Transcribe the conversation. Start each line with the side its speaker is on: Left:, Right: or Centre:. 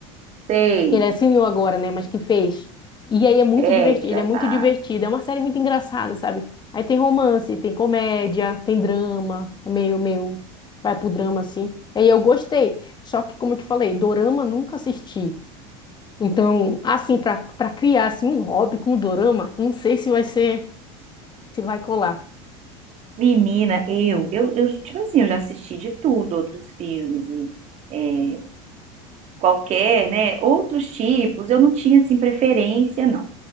Right: sei.
Left: que ele é senhor agora, né, mas que fez. E aí é muito
Right: É,
Left: divertido,
Right: já
Left: ele é muito
Right: tá.
Left: divertido, é uma série muito engraçada, sabe? Aí tem romance, tem comédia, tem drama, é meio, meio, vai pro drama assim. Aí eu gostei, só que como eu te falei, dorama nunca assisti. Então, assim, para para criar assim, um hobby com dorama, não sei se vai ser te vai colar.
Right: Menina, eu, eu, eu, tipo assim, eu já assisti de tudo, outros filmes e é, qualquer, né? Outros tipos, eu não tinha, assim, preferência, não.